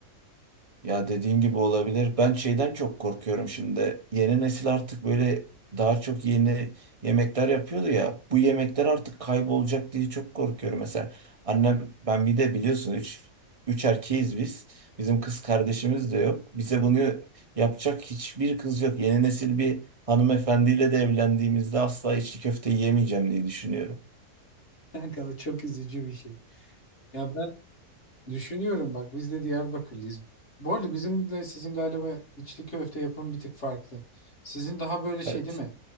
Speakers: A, on the right; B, on the left.
A: Ya dediğin gibi olabilir. Ben şeyden çok korkuyorum şimdi. Yeni nesil artık böyle daha çok yeni yemekler yapıyordu ya. Bu yemekler artık kaybolacak diye çok korkuyorum. Mesela annem ben bir de biliyorsun üç, üç erkeğiz biz. Bizim kız kardeşimiz de yok. Bize bunu yapacak hiçbir kız yok. Yeni nesil bir hanımefendiyle de evlendiğimizde asla içli köfte yemeyeceğim diye düşünüyorum.
B: Kanka o çok üzücü bir şey. Ya ben düşünüyorum bak biz de Diyarbakırlıyız. Bu arada bizimle sizin galiba içli köfte yapımı bir tık farklı. Sizin daha böyle şey
A: Evet.
B: değil mi?